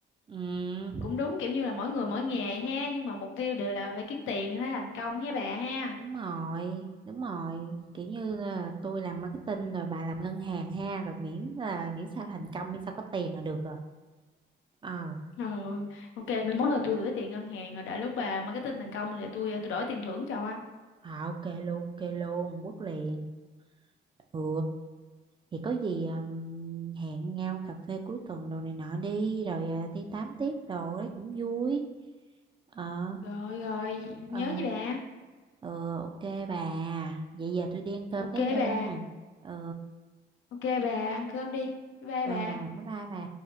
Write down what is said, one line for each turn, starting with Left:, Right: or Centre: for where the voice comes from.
Right: Ừ,
Left: cũng đúng kiểu như là mỗi người mỗi nghề ha nhưng mà mục tiêu đều là phải kiếm tiền phải thành công ha bà ha
Right: đúng rồi, đúng rồi. Kiểu như là tôi làm marketing rồi bà làm ngân hàng ha, rồi miễn là miễn sao thành công, miễn sao có tiền là được rồi. Ờ,
Left: Ờ, ok, mai mốt là tôi gửi tiền ngân hàng rồi đợi lúc bà marketing thành công là tôi tôi đổi tiền thưởng cho.
Right: à, ok luôn, ok luôn, quất liền. Ừ. thì có gì um, hẹn nhau cà phê cuối tuần đồ này nọ đi rồi à, đi tám tiếp đồ ấy cũng vui. Ờ
Left: Rồi rồi,
Right: ờ
Left: nhớ nha bà.
Right: ừ, ok bà. Vậy giờ tôi đi ăn cơm
Left: Ok
Right: cái nghe
Left: bà.
Right: nha. Ừ
Left: Ok bà, ăn cơm đi. Bye bye bà.
Right: ờ bye bye bà.